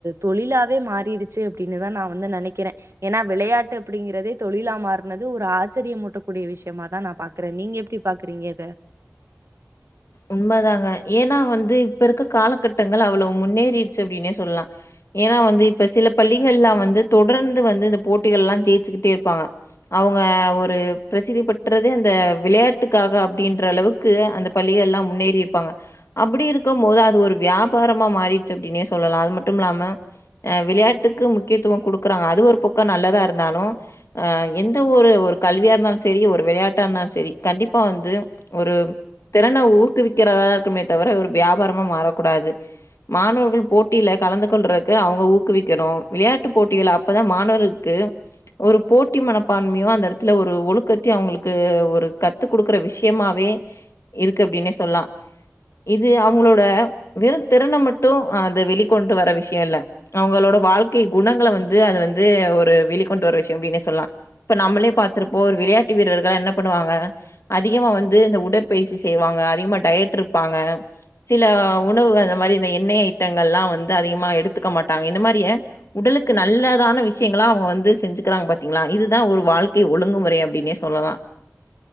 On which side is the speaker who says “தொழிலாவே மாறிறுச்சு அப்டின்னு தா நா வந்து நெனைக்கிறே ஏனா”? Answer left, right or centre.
Right